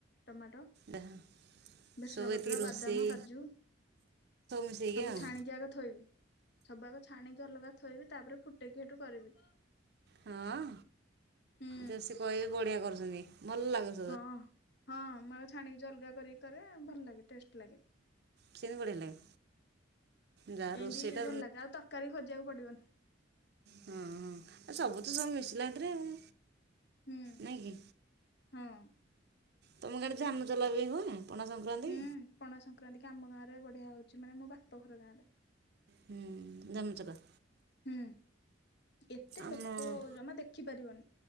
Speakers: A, on the left; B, on the right.
A: ଟମାଟୋ।
B: ଯାହା
A: ଭେର୍ସୁଙ୍ଖା
B: ସବୁ
A: ପତ୍ର,
B: ଏତିକି ରୋଷେଇ
A: ବାଦାମ, କାଜୁ,
B: ମିଶେଇକି
A: ସବୁ
B: ଆଉ
A: ଛାଣିକି ଆଗ ଥୋଇବି। ସବୁ ଆଗ ଛାଣିକି ଅଲଗା ଥୋଇବି ତାପରେ ଫୁଟେଇକି ହେଟୁ କରିବି।
B: ହଁ
A: ହୁଁ
B: ବେଶୀ <unintelligible> ବଢ଼ିଆ କରୁଛନ୍ତି ଭଲ ଲାଗୁ
A: ହଁ ହଁ ମୁଁ ଆଗ ଛାଣିକି ଯୋଉ ଅଲଗା କରିକି କରେ ଭଲ ଲାଗେ ଟେଷ୍ଟ୍ ଲାଗେ।
B: ସେମିତି ବଢ଼ିଆ ଲାଗେ ଯାହା ରୋଷେଇଟା
A: ଏମିତି ଭଲ ଲାଗେ ଆଉ ତରକାରୀ ଖୋଜିବାକୁ ପଡ଼ିବନି।
B: ହୁଁ ହୁଁ ଆଉ ସବୁ ତ ସବୁ ମିଶିଲା ହେଥିରେ ଆଉ।
A: ହୁଁ
B: ନାଇଁ କି
A: ହଁ।
B: ତମ ଗାଁ ରେ ଝାମୁ ଚଲା <unintelligible> ପଣା ସଂକ୍ରାନ୍ତି
A: ହୁଁ ପଣା ସଂକ୍ରାନ୍ତି କି ଆମ ଗାଁରେ ବଢ଼ିଆ ହଉଛି ମାନେ ମୋ ବାପ ଘର ଗାଁରେ।
B: ହୁଁ ଝାମୁ ଚଲା।
A: ହୁଁ ଏତେ ଲୋକ
B: ଆମ
A: ଜମା ଦେ ଦେଖିପାରିବନି